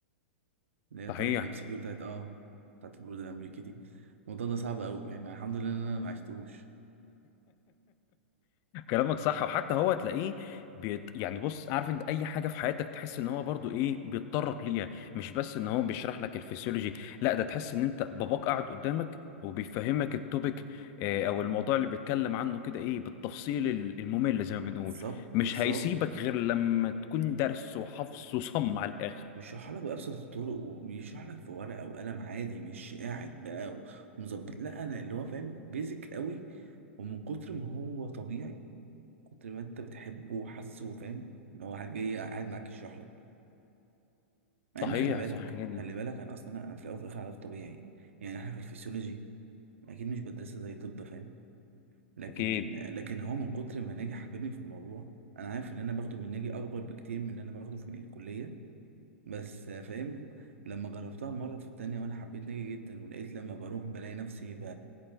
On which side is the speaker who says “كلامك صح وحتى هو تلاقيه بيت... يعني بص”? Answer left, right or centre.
Left